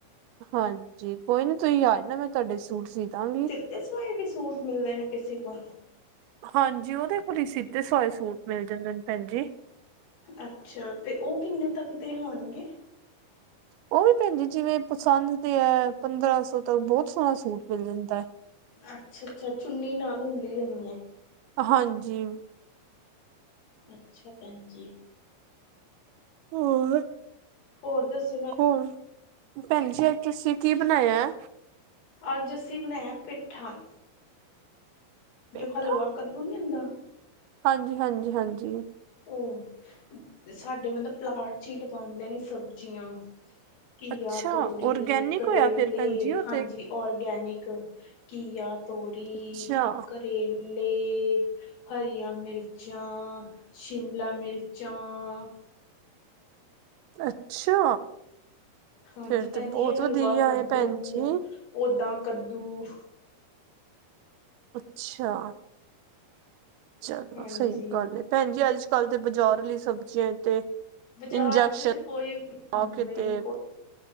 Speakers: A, on the right; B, on the left.
A: ਹਾਂਜੀ ਕੋਈ ਨੀ ਤੁਸੀਂ ਆ ਜਾਣਾ ਮੈਂ ਤੁਹਾਡੇ ਸੂਟ ਸੀ ਦਾਗੀ।
B: ਤੇ ਸੁਵਾਏ ਵੀ ਸੂਟ ਮਿਲਨੇ ਨੇ ਕਿਸੀ ਕੋ?
A: ਹਾਂਜੀ ਉਦੇ ਕੋਲ ਈ ਸੀਤੇ ਸੁਵਾਏ ਸੂਟ ਮਿਲ ਜਾਂਦੇ ਨੇ ਭੈਣ ਜੀ।
B: ਅੱਛਾ ਤੇ ਓ ਕਿੰਨੇ ਤੱਕ ਦੇ ਹੋਣਗੇ?
A: ਓ ਵੀ ਭੈਣ ਜੀ ਜਿਵੇਂ ਪਸੰਦ ਤੇ ਐ ਪੰਦਰਾਂ ਸੌ ਤੱਕ ਬੋਤ ਸੋਹਣਾ ਸੂਟ ਮਿਲ ਜਾਂਦਾ ਐ।
B: ਅੱਛਾ ਅੱਛਾ ਚੁੰਨੀ ਨਾਲ ਹੁੰਦੀ ਹੋਨੀ ਐ
A: ਹਾਂ ਜੀ
B: ਅੱਛਾ ਭੈਣ ਜੀ
A: ਹੋਰ
B: ਹੋਰ ਦੱਸੋਂ
A: ਹੋਰ ਭੈਣ ਜੀ ਔਰ ਤੁਸੀਂ ਕੀ ਬਣਾਇਆ
B: ਅੱਜ ਅਸੀਂ ਬਣਾਇਆ ਪਿੱਠਾ
A: ਪੇਠਾ
B: ਜੋ ਹਲਵਾ ਕੱਦੂ ਨੀ ਹੁੰਦਾ
A: ਹਾਂਜੀ ਹਾਂਜੀ ਹਾਂਜੀ
B: ਉਹ ਸਾਡੇ ਮਤਲਬ ਪਲਾਟ 'ਚ ਹੀ ਲਗਾਉਂਦੇ ਨੇ ਸਬਜ਼ੀਆਂ ਘੀਆ
A: ਅੱਛਾ
B: ਤੋਰੀ
A: ਔਰਗੈਨਿਕ
B: ਕਰੇਲੇ
A: ਹੋਇਆ ਫਿਰ ਭੈਣ ਜੀ ਉਹ
B: ਹਾਂਜੀ
A: ਤੇ
B: ਔਰਗੈਨਿਕ ਘੀਆ ਤੋਰੀ
A: ਅੱਛਾ
B: ਕੇਰ ਲੇ ਹਰੀਆਂ ਚਾਂ ਆ ਸ਼ਿਮਲਾ ਚਾਂ ਆ।
A: ਅ ਅੱਛਾ।
B: ਹਾਂਜੀ
A: ਫੇਰ
B: ਈ ਭੈਣਜੀ
A: ਤੇ ਬਹੁਤ
B: ਇਹ ਹਲਵਾ
A: ਵਧੀਆ
B: ਕੱਦੂ
A: ਹੈ ਭੈਣ ਜੀ
B: ਓਦਾ ਕੱਦੂ
A: ਅੱਛਾ। ਚਲੋ
B: ਹਾਂਜੀ
A: ਸਹੀ ਗੱਲ ਏੱ ਭੈਣ ਜੀ ਅੱਜ ਕੱਲ ਦੇ ਬਾਜ਼ਾਰ ਲਈ ਸਬਜ਼ੀਆਂ ਤੇ
B: ਬਾਜ਼ਾਰ
A: ਇੰਜੈਕਸ਼ਨ
B: ਦੇ ਤੇ ਕੋਈ ਵੀ ਖਾਂਦੇ
A: ਮੌਕੇ ਤੇ